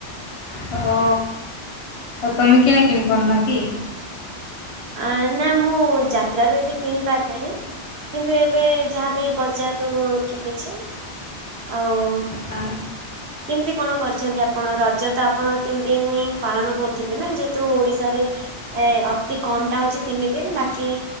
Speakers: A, on the left; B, on the right.
A: ହଁ ଆଉ ତମେ କିଣା କିିଣି କରନା କି?
B: ଆ ନା ମୁଁ ଯାତ୍ରାରୁ ଏତେ କିଣି ପାରିନାହିଁ କିନ୍ତୁ ଏବେ ଯାହାବି ବଜାରରୁ ମୁଁ କିଣିଛି ଆଉ
A: ଆ
B: କେମତି କଣ କରିଛନ୍ତି ଆପଣ ରଜ ତ ଆପଣ ତିନି ଦିନ ପାଳନ କରୁଥିବେ ନା ଯେହେତୁ ଓଡିଶାରେ ଏ ଅତି କମ ଟା ହଉଛି ତିନି ଦିନ ବାକି